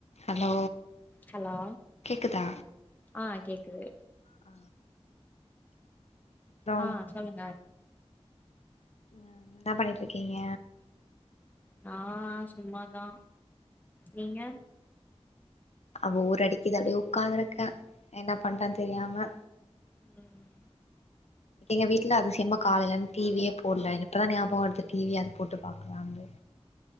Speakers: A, on the left; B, on the left.
A: hello
B: hello
A: கேக்குதா
B: ஆ கேக் குது
A: ஆ அப்றோ
B: ஆ சொல்லுங்க
A: ம் என்னா பண்ணிட்ருக்கீங்க
B: நா சும்மாதா நீங்க
A: அ போர் அடிக்குது அப்டியே உக்காந்ருக்கே என்ன பண்றந்த் தெரியாம
B: ம்
A: எங்க வீட்ல அதிசயமா காலைலந் டீவியே போட்ல இப்பதா ஞாபகோ வருது டீவியாது போட்டு பாக்லானு